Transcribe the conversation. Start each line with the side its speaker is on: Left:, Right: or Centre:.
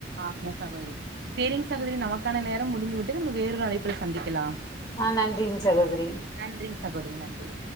Right: ஆமா சகோதரி. சேரிங் ‌சகோதிரி நமக்கான நேரம் முடிந்து விட்டுது நம்ம வேறரு அழைப்பில் சந்திக்லா
Left: ஆ நன்றிங் சகோதரி
Right: நன்றிங் சகோதரி நன்றி